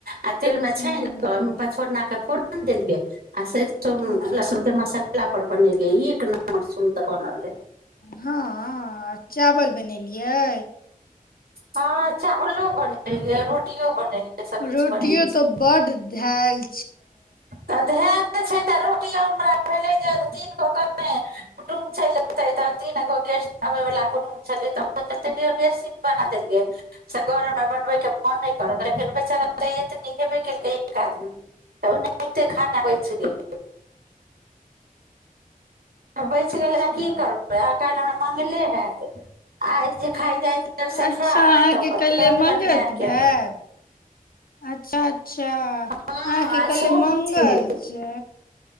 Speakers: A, on the right; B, on the left.
A: आ तेल
B: हूं
A: मे छानि के आ पांच फोरना के फोरन देलियै अआ सरिसों
B: अच्छा
A: लहसुन के मसाला पर बनेलियै एक नम्बर सुन्दर बनल रहय
B: हँ चावल बनेलियै
A: हँ चावलो रोटियो बनेलियै सब किछु
B: रोटियो
A: बनेने छै
B: तऽ बड धयल
A: तऽ धयल छै तऽ रोटियओ हमरा भेलै जे तीन गो कह कुटुमब चलि एतै तऽ तीन गो गेस्ट आबैवला कुटुम्ब छलै तऽ ओ जतेक बेसी बना देलियै से घरमे बनबैके मोन नहि करत लेकिन बेचै एत न हेबे केलकै एक आदमी <unintelligible> तऽ ओनाहिते खाना बचि गेल बचि
B: अच्छा
A: गेलै तऽ की करबै आइ काल्हि मंगले हैत आइ जे खाइ जाइ छै तब से
B: अच्छा
A: खा नहि
B: अहाँके
A: तब अपन
B: कल्हे
A: दऽ देबनि
B: मंगत
A: गाय के
B: भेल अच्छा अच्छा अहाँके
A: हँ
B: कहले
A: सोम
B: मंगल
A: छी
B: छै